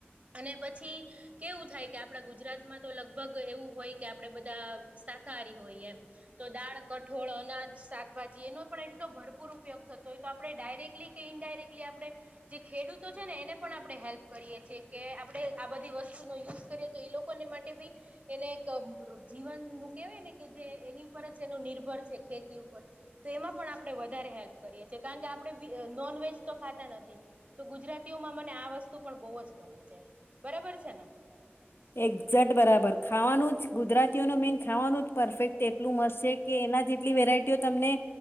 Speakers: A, on the right; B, on the left.
A: અને પછી કેવું થાય કે આપણા ગુજરાતમાં તો લગભગ એવું હોય કે આપણેે બધા શાકાહારી હોય એમ. તો દાળ, કઠોળ, અનાજ, શાકભાજી એનો પણ એટલો ભરપૂર ઉપયોગ થતો હોય. તો આપણે ડાયરેક્ટલી કે ઇનડાયરેક્ટલી આપણે જે ખેડૂતો છે ને એને પણ આપણે હેલ્પ કરીએ છે, કે આપણે આ બધી વસ્તુનો યુઝ કરીએ, તો એ લોકોને માટે બી એને એક જીવનનું કેહેવાય ને કે જે એની ઉપર જ એનું નિર્ભર છે ખેતી ઉપર. તો એમાં પણ આપણે વધારે હેલ્પ કરીએ છે, કારણ કે આપણે બી નોનવેજ તો ખાતા નથી. તો ગુજરાતીઓમાં મને આ વસ્તુ પણ બહુ જ ગમે છે, બરાબર છે ને.
B: એક્ઝેક્ટ બરાબર ખાવાનું જ ગુજરાતીઓનો મેન ખાવાનું જ પરફેક્ટ એટલું મસ્ત છે. કે એના જેટલી વેરાયટીઓ તમને